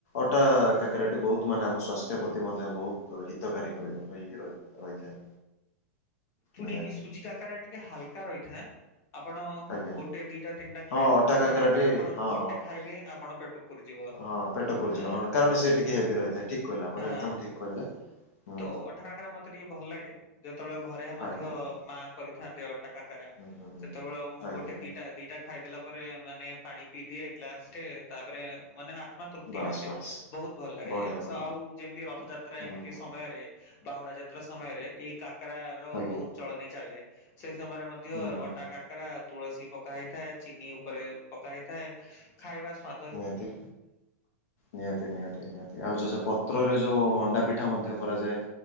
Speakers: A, on the left; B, on the left.
A: ଅଟା କାକରାଟି ବହୁତ ମାନେ ଆମ ସ୍ଵାସ୍ଥ୍ୟ ପ୍ରତି ମଧ୍ୟ ବହୁତ ହିତକାରୀ ହୁଏ। ରହି <unintelligible> ରହିଥାଏ।
B: ପୁଣି
A: ନିହାତି
B: ସୁଜି କାକାରା ଟିକେ ହାଲକା ରହିଥାଏ। ଆପଣ
A: ଆଜ୍ଞା
B: ଗୋଟେ ଦିଟା ତିନିଟା
A: ହଁ
B: ଖାଇଦେବେ ଅଟା
A: କାକରାଟି
B: କାକରେ ଆପଣ
A: ହଁ
B: ଗୋଟେ
A: ହଁ।
B: ଖାଇଲେ ଆପଣ ପେଟ ପୁରିଯିବ।
A: ହଁ ପେଟ ପୁରିଯିବ
B: ଆ
A: ହଁ କାରଣ ସେ ଟିକେ ହେଵି ରହିଥାଏ ଠିକ କହିଲେ ଆପଣ
B: ହଁ
A: ଏକଦମ ଠିକ୍ କହିଲେ। ହୁଁ
B: ତ ଅଟା କକାରରେ ମତେ ଟିକେ ଭଲ ଲାଗେ ଯେତେବେଳେ ଘରେ ମଧ୍ୟ
A: ଆଜ୍ଞା ଆଜ୍ଞା
B: ମା କରିଥାନ୍ତି ଅଟା କା <unintelligible>
A: ହୁଁ ହୁଁ ହୁଁ
B: ସେତେବେଳେ ମୁଁ
A: ଆଜ୍ଞା
B: ଗୋଟେ
A: ଆଜ୍ଞା
B: ଦିଟା ଦିଟା ଖାଇଦେଲା ପରେ ମାନେ ପାଣି ପିଇଦିଏ ଗ୍ଲାସରେ ତାପରେ ମାନେ ହା ମାନେ ତୃପ୍ତି
A: ବାସ୍
B: ଲାଗେ
A: ବାସ୍
B: ବହୁତ ଭଲ ଲାଗେ
A: ବଢିଆ ବଢିଆ।
B: ସ ଆଉ ଯେମିତି ରଥଯାତ୍ରା
A: ହୁଁ
B: ଏମିତି
A: ହୁଁ
B: ସମୟରେ ବାହୁଡା ଯାତ୍ରା ସମୟରେ ଏଇ କାକରା ର
A: ଆଜ୍ଞା
B: ବହୁତ ଚଳନି ଚାଳେ। ସେଇ ସମୟରେ ମଧ୍ୟ
A: ହୁଁ ହୁଁ
B: ଅଟା କାକରା ତୁଳସୀ ପକା ହେଇଥାଏ ଚିନି ଉପରେ ପକା ହେଇଥାଏ ଖାଇବା ସ୍ବା
A: ନିହାତି ନିହାତି ନିହାତି ନିହାତି ଆଉ ଯୋଉ ଯେ ପତ୍ରରେ ଯୋଉ ମଣ୍ଡା ପିଠା ମଧ୍ୟ କରାଯାଏ।